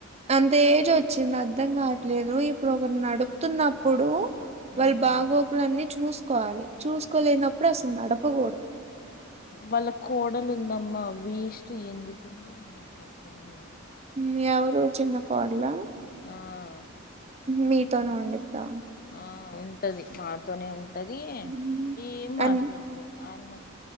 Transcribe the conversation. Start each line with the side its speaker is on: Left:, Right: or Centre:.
Right: అంతే ఏజోచ్చి చింది అర్ధం కావట్లేదు ఇప్పుడు ఒకరుని నడుపుతున్నప్పుడు
Left: మ్మ్.
Right: వాళ్ళు బాగోకులు అన్నీ చూచ్ చూసుకోవాలి చూసుకోలేనప్పుడు అసలు నడపకూడదు
Left: వాళ్ళ కోడలు ఉందమ్మా వేస్ట్ ఎందుకుందో నాకు అర్థం కాలా
Right: ఉమ్ ఎవరు చిన్న కోడ్లా
Left: ఆ
Right: మీతోనే వండిద్దాం
Left: ఆ ఉంటది మాతోనే ఉం ంటది
Right: ఉమ్,
Left: ఏ మాట్లాడ్తదో
Right: అన్
Left: ఆన్మ